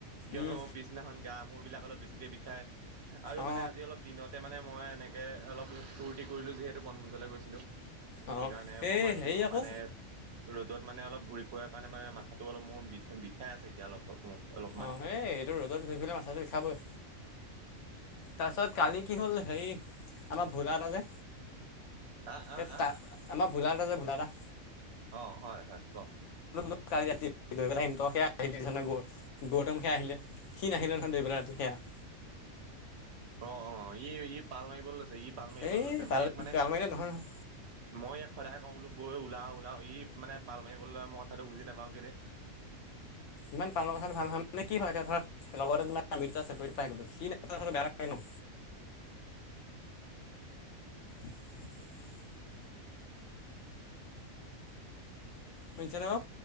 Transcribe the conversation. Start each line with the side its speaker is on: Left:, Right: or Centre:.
Right: কিয়নো
Left: উম
Right: পিছদিনাখন গা মূৰ বিলিলাক অলপ বেছিকে বিষায় আৰু
Left: অ
Right: মানে আজি অলপ দিনতে মানে মই এনেক অলপ ফূৰ্তি কৰিলোঁ যিহেতু বনভোজ গৈছিলো,
Left: অ
Right: সেইকাৰণে অকমান
Left: এই হেৰি আকৌ
Right: মানে ৰ'দত মানে অলপ ঘুৰি ফুাৰ কাৰণে মানে মাথাটো অলপ মোৰ বি বিষাই আছে এতিয়া অলপ। অলপমান।
Left: অ সেই এইটো ৰ'দত ঘুই পেলাই মাথাটো বিখাবয়ে। তাৰপিছত কালি কি হ'ল হেই আমাৰ ভোলাত তাজে
Right: আহ আহ
Left: এই
Right: আহ
Left: তা আমাৰ ভোলাদা যে ভোলাদা।
Right: অ হয় হয় ক
Left: কালি ৰাতি গৈ পিনে ইনিতক্ষে হেৰি ডিচিছন লৈ গ গৌতম হে আহিলে, হি নাহিলে নহয় দৌৰিবলৈ ৰাতি সেইয়া। <inaudible>
Right: অ অ ই ই পাল মাৰিবলৈ লৈছে ই পাল মাৰিবলৈ
Left: এই
Right: লৈছে,
Left: পাল
Right: মই ইয়াক মানে
Left: পাল মাৰিলে নহয় নহয়
Right: মই ইয়াক সদায় কওঁ বোলো বৈ ওলাও ওলাও ই মানে পাল মাৰিবলৈ মই কথাটো বুজি নাপাওঁ কেলে
Left: ইমান পাল মৰা কথা ভাল নহয় মানে কি হয় ধৰক লগতে মানে আমি দুটা চাকৰি টো পাই গলো, সি নেপালে বেয়া লাগে ন <unintelligible> শুনিছে নে মোক